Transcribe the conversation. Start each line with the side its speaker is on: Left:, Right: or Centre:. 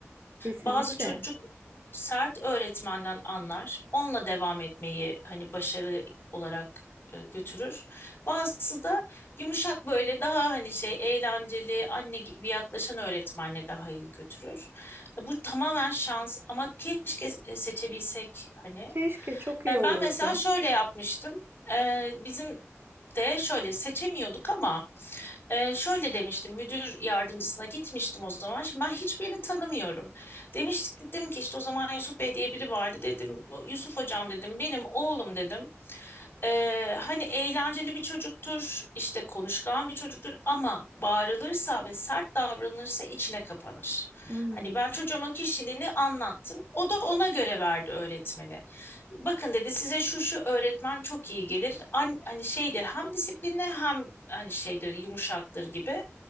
Right: Kesinlikle.
Left: Bazı çocuk sert öğretmenden anlar, onunla devam etmeyi hani başarı olarak e, götürür. Bazısı da yumuşak böyle daha hani şey eğlenceli anne gibi yaklaşan öğretmenle daha iyi götürür. E, Bu tamamen şans ama keşke e, seçebilsek hani.
Right: Keşke çok iyi
Left: E,
Right: olurdu.
Left: Ben mesela şöyle yapmıştım. E, Bizim de şöyle seçemiyorduk ama ee, şöyle demiştim müdür yardımcısına gitmiştim o zaman. Şimdi ben hiçbirini tanımıyorum. Demiştim ki işte o zaman Yusuf Bey diye biri vardı dedim. "O Yusuf hocam dedim benim oğlum dedim. Ee, hani eğlenceli bir çocuktur, işte konuşkan bir çocuktur ama bağırılırsa ve sert davranılırsa içine kapanır.
Right: Hmm.
Left: Hani ben çocuğumun kişiliğini anlattım. O da ona göre verdi öğretmeni. Bakın dedi size şu şu öğretmen çok iyi gelir. An- hani şeydir hem disiplinli hem hani şeydir yumuşaktır gibi.